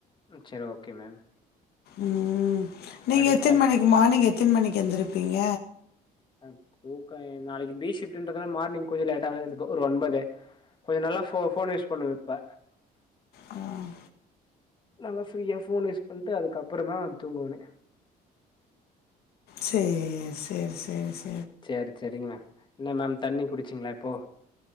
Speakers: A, on the left; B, on the left.
A: ம் செரி ஓகே மேம்
B: ம் நீங்க
A: அப்டியே
B: எத்ன்
A: பாத்துட்டு
B: மணிக்கு மார்னிங் எத்ன் மணிக்கு எந்திருப்பீங்க
A: ம் ரூகாய் நாளைக்கி பீ ஷிபன்றதா மார்னிங் கொஞ்ச லேட்டாவே எந்துப்ப ஒரு ஒன்பது கொஞ்ச நல்லா ஃபோ ஃபோன் யூஸ் பண்ணுவ இப்ப
B: ம்
A: நல்லா ஃப்ரீயா ஃபோன் யூஸ் பண்ட்டு அதுக்குப்புற தான் தூங்குவனே
B: சேர் சேர் சேர்
A: சேர் செரிங்க என்ன மேம் தண்ணி குடிச்சிங்களா இப்போ